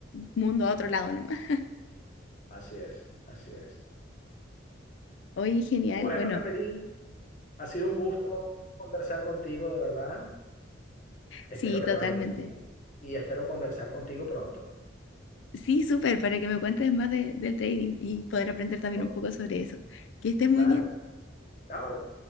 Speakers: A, on the left; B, on the left.
A: mundo a otro lado nomás.
B: Así es, así es.
A: Oye, genial.
B: Bueno,
A: Bueno,
B: Caterina. Ha sido un gusto conversar contigo, de verdad. Espero
A: sí,
B: que
A: totalmente.
B: te vaya muy bien y espero conversar contigo pronto.
A: Sí, súper, para que me cuentes más de- del trading y poder aprender también
B: Oh,
A: un poco sobre eso. Que estés muy
B: claro.
A: bien.
B: Chao.